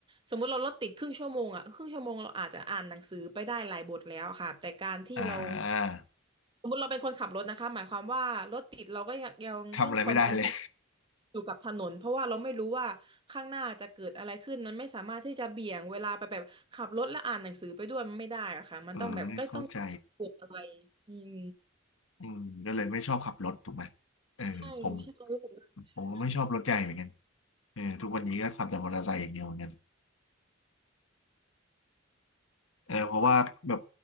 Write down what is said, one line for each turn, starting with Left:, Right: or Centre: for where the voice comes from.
Right: สมมุติเรารถติดครึ่งชั่วโมงอ่ะครึ่งชั่วโมงเราอาจจะอ่านหนังสือไปได้หลายบทแล้วค่ะแต่การที่เรา
Left: อ่า
Right: สมมุติเราเป็นคนขับรถนะคะหมายความว่ารถติดเราก็ยังยังต้องคอนเซนเทรต
Left: ทำอะไรไม่ได้เลย
Right: อยู่กับถนนเพราะว่าเราไม่รู้ว่าข้างหน้าจะเกิดอะไรขึ้นมันไม่สามารถที่จะเบี่ยงเวลาไปแบบขับรถและอ่านหนังสือไปด้วยมันไม่ได้อะค่ะมันต้องแบบก็ต้องเกิดอะไร
Left: เออเข้าใจ
Right: อืม
Left: อืมก็เลยไม่ชอบขับรถถูกไหมเออผม
Right: ใช่ใช่รู้สึกว่าใช่ค่ะ
Left: ผมก็ไม่ชอบรถใหญ่เหมือนกันเออทุกวันนี้ก็ขับแต่มอเตอร์ไซค์อย่างเดียวเหมือนกัน เออเพราะว่าแบบ